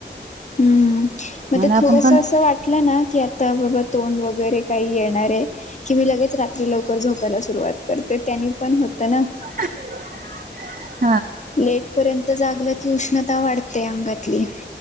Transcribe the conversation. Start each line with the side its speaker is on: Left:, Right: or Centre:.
Left: हम्म, मग
Right: आणि
Left: ते
Right: आपण
Left: थोडसं
Right: पण
Left: असं वाट वाटलंना की आता तोंड वगैरे काही येणारये, कि मी लगेच रात कि लवकर झोपायला सुरुवात करते त्यांनी पण होतं ना.
Right: <unintelligible>
Left: लेटपर्यंत जागलं की उष्णता वाढते अंगातली.